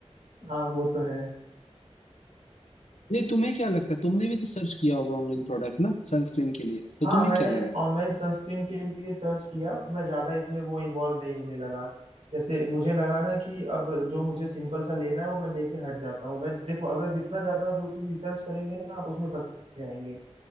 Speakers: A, on the right; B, on the left.
A: हाँ वो तो है
B: नहीं तुम्हें क्या लगता है तुमने भी तो सर्च किया होगा ऑनलाइन प्रोडक्ट ना सनस्क्रीन के लिए तो
A: हाँ
B: तुम्हें
A: मैंने
B: क्या लगा
A: ऑनलाइन सनस्क्रीन के लिए सर्च किया मैं ज़्यादा इसमें वो इन्वॉल्व नहीं होने लगा जैसे मुझे लगा ना कि अब जो मुझे सिंपल सा लेना है वो मैं लेके हट जाता हूँ मैं देखो अगर जितना ज़्यादा जो चीज़ रिसर्च करेंगे ना आप उसमें फंस जाएंगे